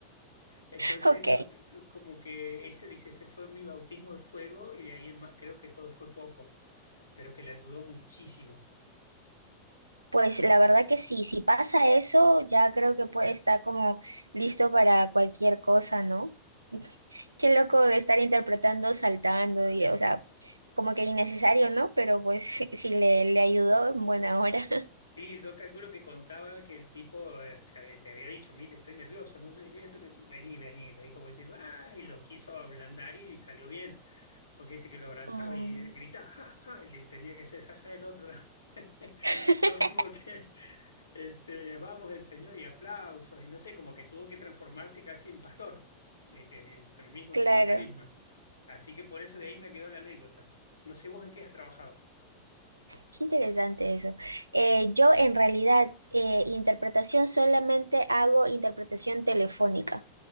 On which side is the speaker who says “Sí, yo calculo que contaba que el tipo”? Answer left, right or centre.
Left